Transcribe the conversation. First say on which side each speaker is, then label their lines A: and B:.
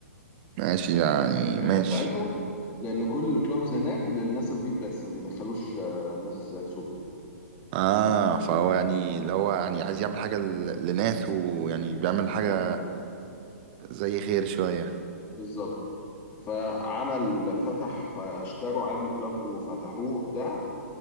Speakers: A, on the right; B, on the left.
A: ماشي يعني
B: الحتة
A: ماشي
B: بتاعتهم لأن كل الكلابز هناك للناس البيض بس ما بيدخلوش آه ناس سود
A: اه فهو يعني اللي هو يعني عايز يعمل حاجة ل- لناس ويعني بيعمل
B: بالظبط
A: حاجة زي خير شوية
B: بالظبط فعمل فتح فاشتروا عادي كلاب وفتحوه بتاع